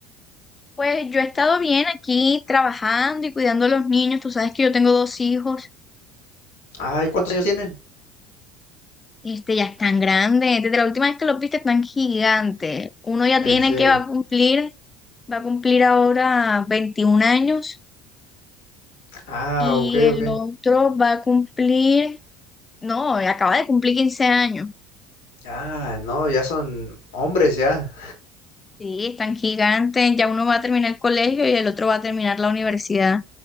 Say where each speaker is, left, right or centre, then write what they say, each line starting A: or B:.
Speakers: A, on the left (about 25°); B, on the left (about 75°).
A: Pues yo he estado bien aquí trabajando y cuidando a los niños. Tú sabes que yo tengo dos hijos,
B: Ay, ¿cuántos años tienen?
A: este, ya están grandes. Desde la última vez que los viste están gigantes. Uno ya
B: En
A: tiene
B: serio.
A: que va a cumplir, va a cumplir ahora veintiún años
B: Ah,
A: y
B: ok,
A: el
B: ok.
A: otro va a cumplir No, acaba de cumplir 15 años.
B: Ah, no, ya son hombres ya.
A: Sí, están gigantes. Ya uno va a terminar el colegio y el otro va a terminar la universidad.